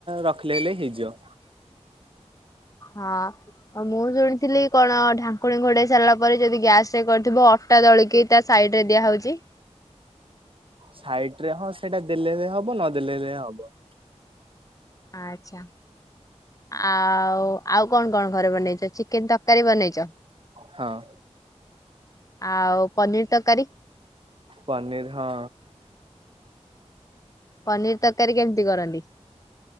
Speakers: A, on the right; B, on the left.
A: ରଖିଲେ ହେଲେ ହେଇଯିବ।
B: ହଁ ମୁଁ ଶୁଣିଥିଲି କଣ ଢାଙ୍କୁଣୀ ଘୋଡେଇ ସାରିଲା ପରେ ଯଦି ଗ୍ୟାସ କରିଥିବ ଅଟା ଦଳିକି ତା ସାଇଡ ରେ ଦିଆ ହଉଛି।
A: ସାଇଟ ରେ ହଁ ସେଇଟା ଦେଲେ ହବ ନଦେଲେ ହବ।
B: ଆଚ୍ଛା ଆଉ ଆଉ କଣ କଣ ଘରେ ବନେଇଛ ଚିକେନ ତରକାରୀ ବନେଇଛ।
A: ହଁ
B: ଆଉ ପନିର ତରକାରୀ
A: ପନିର ହଁ
B: ପନିର ତରକାରୀ କେମିତି କରନ୍ତି।